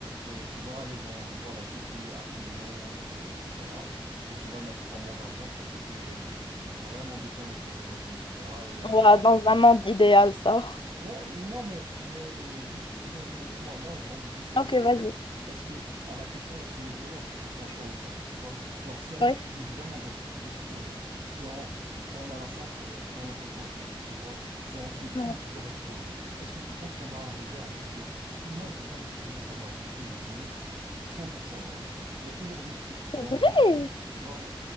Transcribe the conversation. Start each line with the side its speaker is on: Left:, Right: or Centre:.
Right: Euh, tu vas aller dans, voilà, ce pays accueillant, etc. Et tu vas mettre ton mot d'avion, comme ça tu es vraiment déconnecté des réseaux, etc. Il y a
Left: Ouais, dans un monde idéal, ça. <laughs>
Right: Ouais, non, mais, mais juste imagine avec moi, là, on- j'essaie de
Left: Ok,
Right: répondre.
Left: vas-y.
Right: Est-ce que, à la question, est-ce que le bonheur peut être un choix ou pas? Tu vois, genre, si on
Left: Oui.
Right: choisit vraiment d'être d'être heureux, si on, si on a la science euh, dans notre côté, tu vois, si on fait tout
Left: Ouais.
Right: pour être heureux, est-ce que tu penses qu'on va arriver à vivre une journée? Parce que moi, j'ai pas le souvenir d'avoir vécu une journée 100% heureux. Il y a toujours des petites
Left: C'est
Right: embrouilles,
Left: vrai.
Right: tu vois, ouais.